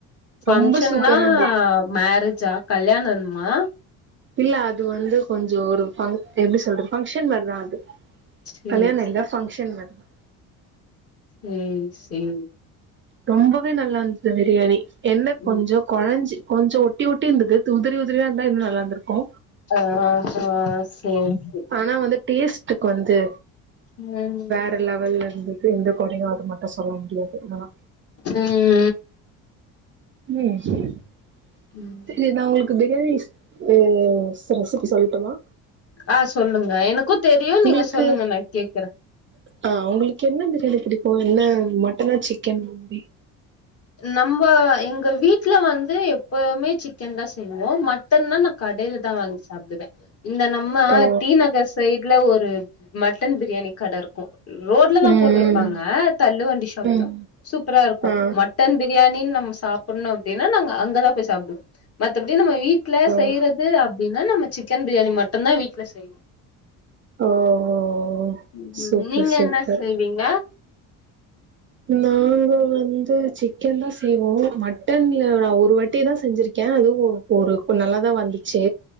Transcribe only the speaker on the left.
ஃபங்க்ஷன்னா
மேரேஜ்ஜா கல்யாணம்மா
சேரி
ம் சேர்
ம்
ஆ ஆ சேர் சேர்
ம்
ம்
ம்
ஆ சொல்லுங்க எனக்கு தெரியு
நீங்க சொல்லுங்க நா கேக்கறே
நம்ம எங்க வீட்ல வந்து எப்பவுமே சிக்கன் தா செய்வோ மட்டன்னா நா கடைல தா வாங்கி சாப்டுவே இந்த நம்ம
டீ நகர் சைட்ல ஒரு மட்டன் பிரியாணி கட இருக்கு ரோட்ல
தா போட்ருப்பாங்க தள்ளு வண்டி ஷாப்
தா சூப்பரா இருக்கு
மட் டன் பிரியாணின் நம்ம சாப்பட்ணு அப்டின்னா நாங்க அங்கதா போய் சாப்டுவோ மத்தபடி நம்ம வீட்ல செய்யறது
அப்டின்னா நம்ம சிக்கன் பிரியாணி மட்டுந்தா வீட்ல செய்வோ
ம்
என்ன நீங்க